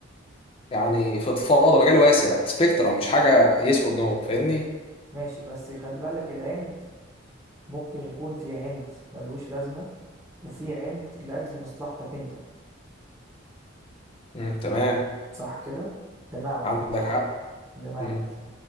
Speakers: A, on the left (about 30°); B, on the right (about 15°).
A: يعني فضفاضه مجال واسع سبيكترم مش حاجه يس اور نو فاهمني
B: ماشي بس خلي بالك العند ممكن يكون في عند ملهوش لازمة وفي عند لأجل مصلحتك أنت
A: امم تمام
B: صح كده؟ بمعنى
A: عندك حق
B: بمعنى
A: امم
B: مثلا